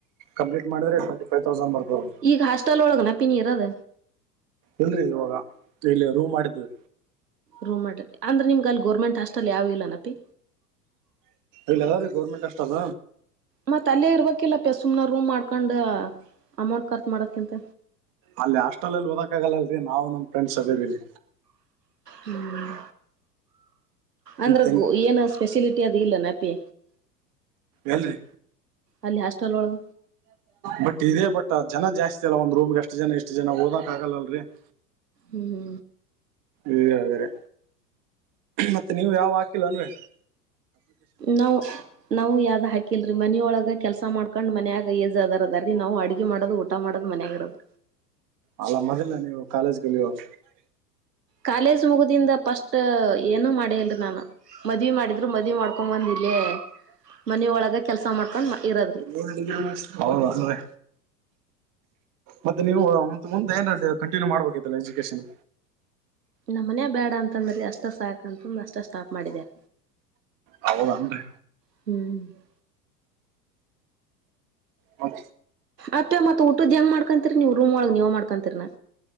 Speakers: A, on the right (about 40°); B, on the right (about 80°).
A: ಕಂಪ್ಲಟ್ ಮಾಡಿದ್ರ ಪೋಟಿಪೈ ತೌಸಂಡ್ ಬರ್ತದ
B: ಈಗ ಹಾಸ್ಟೆಲ್ ಒಳ ನ ಪಿ ನೀ ಇರೋದ
A: ಇಲ್ರರಿ ಇವಾಗ ಇಲ್ಲಿ ರೂಮ್ ಮಾಡಿದ
B: ರೂಮ್ ಮಾಡ್ರಿ ಅಂದ್ರ ನಿಮ್ ಅಲ್ಲಿ ಗರ್ಮೆಂಟ್ ಹಾಸ್ಟೆಲ್ ಯಾವು ಇಲ್ಲ ನಪ್ಪಿ
A: ಇಲ್ಲ ಯ <unintelligible> ಗೌರ್ಮೆಂಟ್ ಹಾಷ್ಟಲ್
B: ಮತ್ತ ಅಲ್ಲೇ ಇರ್ಬೇಕಿಲ್ಲ ಅಪಿ ಸುಮ್ನ ರೂಮ್ ಮಾಡ್ಕೊಂಡ್ ಅಮೌಂಟ್ ಖರ್ಚು ಮಾಡೋಕಿಂತ
A: ಅಲ್ಲಿ ಹಾಸ್ಟೆಲ್ನಲ್ಲಿ ಓದಕ ಆಗಲ್ಲಲರೀ ನಾವು ನಮ್ ಫ್ರೆಂಡ್ಸ ಅದೀವರಿ
B: ಹ್ಮ್ ಅಂದ್ರ
A: ಮತ್ತೇನ್
B: ಗ ಏನ ಸ್ಪೆಲಿಟಿ ಅದು ಇಲ್ಲ ನಪಿ
A: ಎಲ್ರಿ
B: ಅಲ್ಲಿ ಹಾಸ್ಟೆಲ್ ಒಳಗ
A: ಬಟ್ ಇದೇ ಬಟ್ ಜನ ಜಾಸ್ತಿ ಅಲ್ಲ ಒಂದ್ ರೂಮ್ಗೆ ಅಷ್ಟ್ ಜನ ಇಷ್ಟ್ ಜನ ಓದಕ್ ಆಗಲ್ಲ ಅಲ್ರರಿ. <inaudible>
B: ಹ್ಮ್್-
A: ಇಲ್ಲ ಹಾಗ್ರೆ ಮತ್ತೆ ನೀವು ಯಾವ ಹಾಕಿಲ್ಲ ಅಂದ್ರೆ.
B: ನವು- ನಾವು ಯಾವ್ದ್ ಹಾಕಿಲ್ರರಿ ಮನಿಯೊಳಗ ಕೆಲಸ ಮಾಡ್ಕೊಂಡ್ ಮನಯಾಗ ಏಜ್ ಅದಾರದ ರೀ ನಾ್ ಅಡುಗೆ ಮಾಡದಟ್ಟ. ಊಟ ಮಾಡದ ಮನ್ಯಾಗಿಿರದು.
A: ಅಲ್ಲ ಮೊದಲ್ಲ ನೀವು ಕಾಲೇಜ್ ಲ್ಲಿಾಗ.
B: ಕಾಲೇಜ್ ಮುಗಿದಿಂದ ಫಸ್ಟ್ ಏನುೂ ಮಾಡಿಲ್ರಿ ನಾನು. ಮದ್ವಿ ಮಾಡಿದ್ರು ಮದ್ವಿ ಮಾಡ್ಕೊಂಡ್ ಬಂದಿಲ್ಲೇ ಮನ ಒಳಗ ಕೆಲ್ಸ ಮಾಡ್ಕೊಂಡ್ ಇರದ್ರಿ.
A: <inaudible> ಹೌದಲ್ರಿ. ಮತ್ತೆ ನೀವು ಮುೆ ಏನ್ ಕಂಟಿನ್ಯೂ ಮಾಡ್ಬೇಕಿತ್ತಲ್ಲ ಎಜುಕೇಶನ್.
B: ನಮ್ಮ ಮನ ಬೇಡ ಅಂತಂದ್ರ ಅಷ್ಟ ಸಾಕ ಅಂತಂದ್ರ ಅಷ್ಟ ಸ್ಟಾಪ್ ಮಾಡಿದಾರ.
A: ಹೌದನ್ರಿ
B: ಹ್ಮಞ-
A: ಹ-
B: ಅತ್ತತ್ತ್ತತ್ಊದ್ದ ಹೆಂಗ್ ಮಾಡ್ಕಂತೀರಿ ನೀವು ರೂಮ್ ಒಳಗ್ ನೀವು ಮಾಡ್ಕೊಂತೀರಾ.